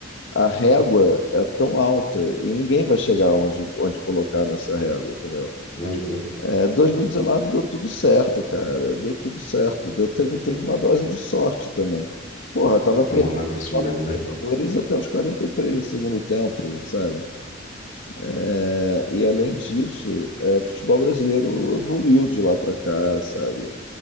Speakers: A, on the left; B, on the left.
A: a régua é tão alta e ninguém vai chegar onde, onde colocar nessa régua, entendeu?
B: Uhum.
A: É, 2019 deu tudo certo, cara. Deu tudo certo. Deu- teve, teve uma dose de sorte também. Porra, tava perdendo
B: É um ano absurdo,
A: o final da Libertadores
B: né?
A: até os 43 do segundo tempo, sabe? É, e além disso, é, o futebol brasileiro evoluiu de lá para cá, sabe?